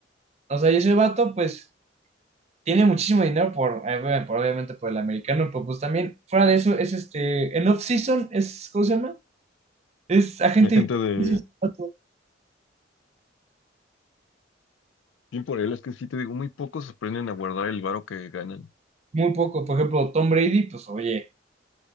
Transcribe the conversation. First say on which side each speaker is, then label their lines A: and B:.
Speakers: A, on the right (about 35°); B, on the left (about 80°).
A: O sea, y ese vato pues tiene muchísimo dinero por, eh, por, obviamente por el americano, pero pues también fuera de eso es este, en off-season es, ¿cómo se llama? Es agente
B: Hay gente
A: libre,
B: de...
A: es ese vato.
B: Bien por él, es que sí te digo, muy pocos aprenden a guardar el varo que ganan.
A: Muy poco. Por ejemplo, Tom Brady, pues oye,